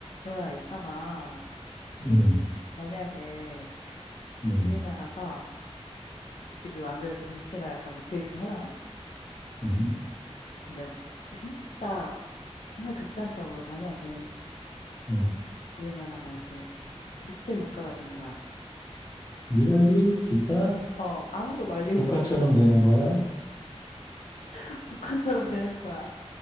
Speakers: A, on the left; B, on the left.
A: 여야 있잖아.
B: 음,
A: 만약에
B: 음,
A: 우리나라가 지금 안 그래도 정치가 약간 위태위태하잖아?
B: 음,
A: 근데 진짜 정말 극단적으로 만약에
B: 음.
A: 우리나라가 이제 독재 국가가 된 거야.
B: 리얼리 진짜
A: 어, 아무도 말릴
B: 북한처럼
A: 수 없어.
B: 되는 거야?
A: <laughs> 북한처럼 되는 거야.